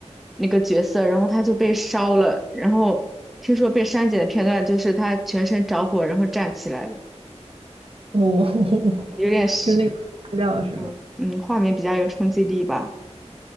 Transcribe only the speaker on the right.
哦，<laughs>
就是那个删掉了是吗